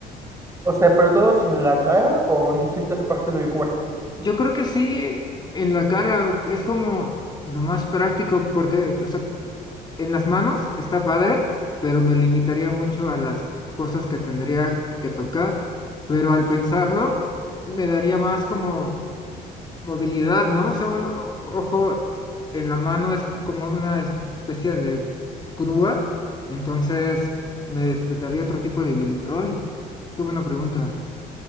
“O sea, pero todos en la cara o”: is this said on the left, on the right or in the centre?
Right